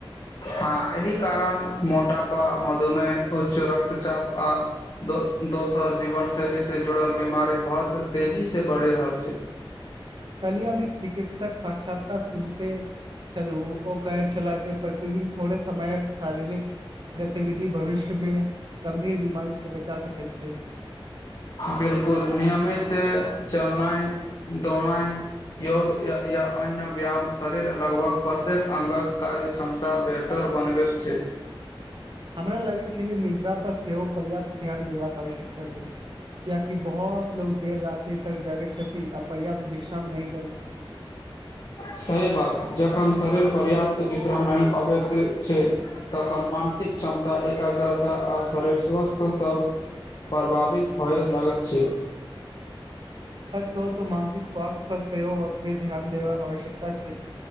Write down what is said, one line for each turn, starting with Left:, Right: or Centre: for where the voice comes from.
Left: हँ एही कारण मोटापा मधुमेह उच्च रक्तचाप आ दो दोसर जीवन शैली से जुड़ल बीमारी बहुत तेजी से बढ़ि रहल छैक
Right: <inaudible> कल्हि हम एक चिकित्सक साक्षात्कार सुनते छलहु ओ कहैत छलाह जे प्रतिदिन थोड़े समय शारीरिक गतिविधि भविष्यमे गम्भीर बीमारी से बचा सकैत छैक
Left: बिलकुल नियमित चलनाइ दौड़ाइ योग या अन्य व्यायाम शरीर लगभग प्रत्येक अंगक कार्य क्षमता बेहतर बनबैत छैक
Right: हमरा लागैत छै जे निद्रा पर सेहो पर्याप्त ध्यान देबाक आवश्यकता छैक। कियाकि बहुत लोग देर राति तक जागैत छथि आ पर्याप्त विश्राम नहि करैत छथि
Left: सही बात जखन शरीर पर्याप्त विश्राम नहि पाबैत छैय तखन मानसिक क्षमता एकाग्रता आ शरीर स्वस्थ सभ प्रभावित होए लगैत छैय
Right: सच कहू त मानसिक स्वास्थ्य पर सेहो ओतबे ध्यान देबाक आवश्यकता छैक